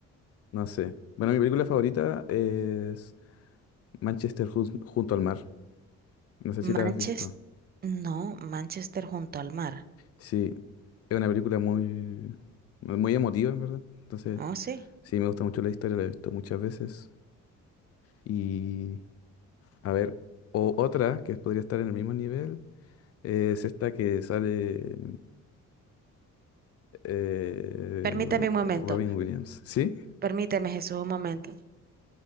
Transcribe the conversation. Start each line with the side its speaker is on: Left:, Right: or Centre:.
Left: no sé. Bueno, mi película favorita es Manchester jun- junto al mar. No sé
Right: Manchester,
Left: si la has visto.
Right: no, Manchester junto al mar.
Left: Sí, es una película muy, muy emotiva, en verdad. Entonces,
Right: Oh, sí.
Left: Sí, me gusta mucho la historia, la he visto muchas veces. Y a ver, o otra que podría estar en el mismo nivel es esta que sale eh,
Right: Permíteme un momento,
Left: Robin Williams. ¿Sí?
Right: permíteme Jesús un momento.